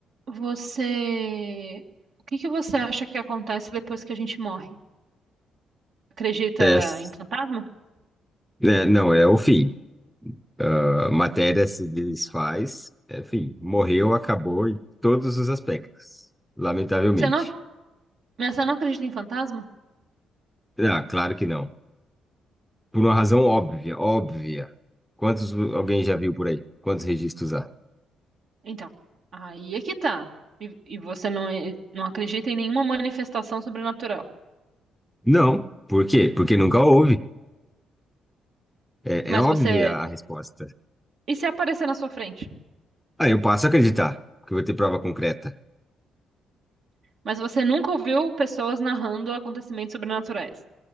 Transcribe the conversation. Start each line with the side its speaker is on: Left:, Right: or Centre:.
Right: Você. O que que você acha que acontece depois que a gente morre? Acredita
Centre: Pes-
Right: em fantasma?
Centre: é, não, é o fim. A matéria se desfaz, é fim. Morreu, acabou em todos os aspectos, lamentavelmente.
Right: Você não... Mas você não acredita em fantasma?
Centre: Ah, claro que não. Por uma razão óbvia, óbvia. Quantos alguém já viu por aí? Quantos registros há?
Right: Então, aí é que tá. E, e você não, é- não acredita em nenhuma manifestação sobrenatural.
Centre: Não. Por quê? Porque nunca houve. É,
Right: Mas
Centre: é óbvia
Right: você.
Centre: a resposta.
Right: E se aparecer na sua frente?
Centre: Ah, eu passo a acreditar que eu vou ter prova concreta.
Right: Mas você nunca ouviu pessoas narrando acontecimentos sobrenaturais.